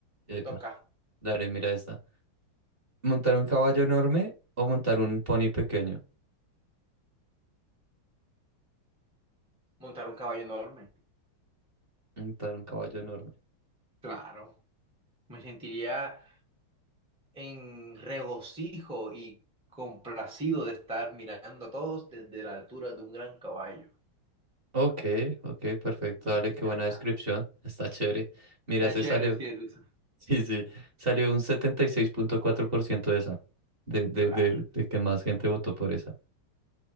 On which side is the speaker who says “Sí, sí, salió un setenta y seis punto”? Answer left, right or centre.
Right